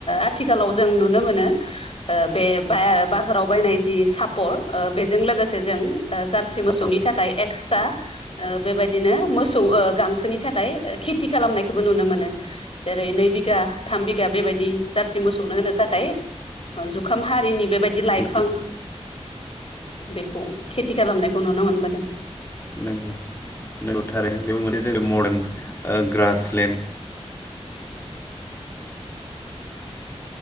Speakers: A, on the left (about 60°); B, on the left (about 20°).
A: आथिखालाव जों नुनो मोनो ओ बे बा-बाजाराव बायनाय जि सापर ओ बेजों लोगोसे जों ओ जारसि मोसौ
B: औ
A: नि थाखाय एक्सट्रा ओ बेबायदिनो मोसौ ओ गांसोनि थाखाय खेथि खालामनाय खौबो नुनो मोनो जेरै नै बिगा थाम बिगा बेबायदि जारसि मोसौनो होनो थाखाय ओ जुखाम हारिनि बेबायदि लाइफां
B: नंगौ
A: बेखौ खेथि खालामनायखौ नुनो मोनबोदों
B: नंगौ नंगौ थारै बेबो मोनसे जेरै मदार्न ग्रासलेण्ड